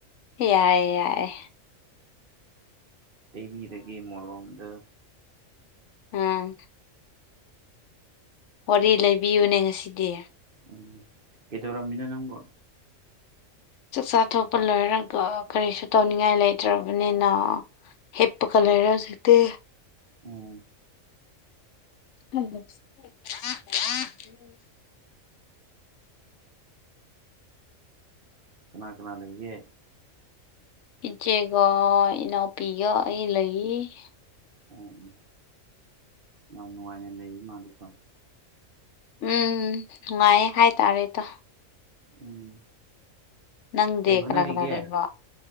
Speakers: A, on the left; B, on the right.
A: ꯌꯥꯏ ꯌꯥꯏꯌꯦ
B: ꯇꯩꯕꯤꯔꯒꯦ ꯃꯣꯂꯣꯝꯗ
A: ꯑ ꯋꯥꯔꯤ ꯂꯩꯕꯤꯌꯨꯅꯦ ꯉꯁꯤꯗꯤ
B: ꯎꯝ ꯂꯩꯗꯧꯔꯝꯃꯤꯅꯣ ꯅꯪꯕꯣ
A: ꯆꯥꯛꯆꯥꯥ ꯊꯣꯛꯄ ꯂꯣꯏꯔꯒ ꯀꯔꯤꯁꯨ ꯇꯧꯅꯤꯡꯉꯥꯏ ꯂꯩꯇ꯭ꯔꯕꯅꯤꯅ ꯍꯤꯞꯄꯀ ꯂꯩꯔꯦ ꯍꯧꯖꯤꯛꯇꯤ
B: ꯎꯝ
A: <unintelligible>
B: ꯀꯅꯥ ꯀꯅꯥ ꯂꯩꯒꯦ
A: ꯏꯆꯦꯒ ꯏꯅꯥꯎꯄꯤꯒ ꯑꯩ ꯂꯩ
B: ꯑꯣ ꯎꯝ ꯌꯥꯝ ꯅꯨꯡꯉꯥꯏꯅ ꯂꯩꯔꯤ ꯃꯥꯜꯂꯤꯀꯣ
A: ꯎꯝ ꯅꯨꯡꯉꯥꯏꯌꯦ ꯍꯥꯏꯇꯥꯔꯦꯗ
B: ꯎꯝ
A: ꯅꯪꯗꯤ
B: ꯀꯩ ꯍꯣꯠꯅꯔꯤꯒꯦ
A: ꯀꯅꯥ ꯀꯅꯥ ꯂꯩꯕ꯭ꯔꯣ